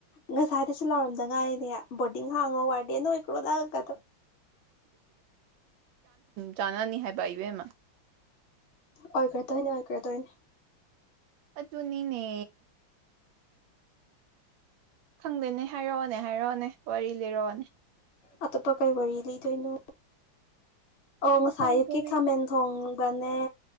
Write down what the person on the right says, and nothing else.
ꯆꯥꯅꯅꯤ ꯍꯥꯏꯕ ꯏꯕꯦꯝꯃ
ꯑꯆꯅꯤꯅꯦ ꯈꯪꯗꯦꯅꯦ ꯍꯥꯏꯔꯛꯑꯣꯅꯦ ꯍꯥꯏꯔꯛꯑꯣꯅꯦ ꯋꯥꯔꯤ ꯂꯩꯔꯛꯑꯣꯅꯦ
ꯈꯪꯗꯦꯅꯦ